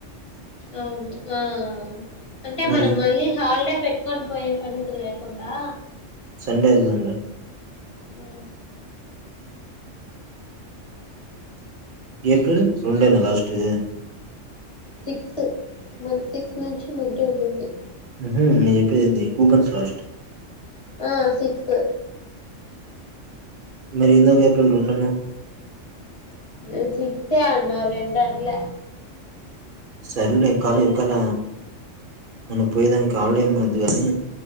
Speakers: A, on the left (about 30°); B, on the right (about 50°).
A: అవును ఆ అంటే
B: మరి
A: మనం మళ్ళీ హాలిడే పెట్టుకొని పోయి పనితురేకుండా
B: సండే ఎళ్దాం లే
A: ఊ
B: ఏప్రిల్ రొండేనా లాస్ట్ ది
A: సిక్స్ మన సిక్స్ నుంచి మిడ్ ఉంటుంది
B: ఉహూ నేను చెప్పేది ఏంది కూపన్స్ లాస్ట్
A: ఆ సిక్సు
B: మరి ఇందాక ఏప్రిల్ రెండు అన్నావ్
A: నేను సిక్స్ అన్నా రెండు అనల
B: సర్లే కాలి ఒకళ నన్ను పోయేదానికి హలిడే ఏమొద్దు కాని